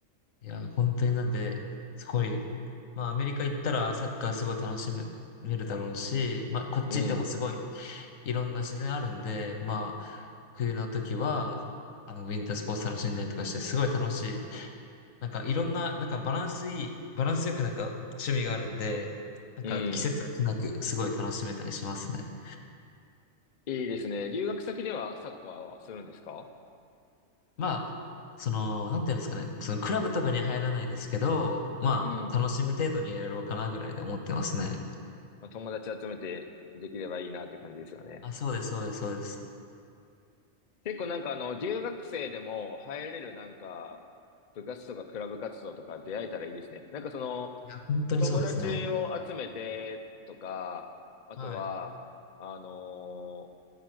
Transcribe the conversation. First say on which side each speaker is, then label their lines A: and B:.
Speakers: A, on the left; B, on the left.
A: や、本当になんで、すごい、まあ、アメリカ行ったらサッカーすごい楽しめるだろうし、まあ、こっち行ってもすごい、
B: うん。
A: いろんな自然あるんで、まあ、冬の時は、あの、ウィンタースポーツ楽しんだりとかして、すごい楽しい。なんか、いろんな、なんかバランスいい、バランスよくなんか趣味があるんで、なんか季節飽きなく、
B: うん。
A: すごい楽しめたりしますね。
B: いいですね。留学先ではサッカーはするんですか
A: まあ、その、なんていうんですかね、そのクラブとかには入らないですけど、まあ、
B: うん。
A: 楽しむ程度にやろうかなぐらいで思ってますね。
B: まあ、友達集めてできればいいなって感じですよね。
A: あ、そうです、そうです、そうです。
B: 結構なんかあの、留学生でも入れるなんか、部活とかクラブ活動とか出会えたらいいですね。なんかその、
A: いや、本当にそうですね。
B: 友達を集めてとか、あとは、
A: はい、
B: あのー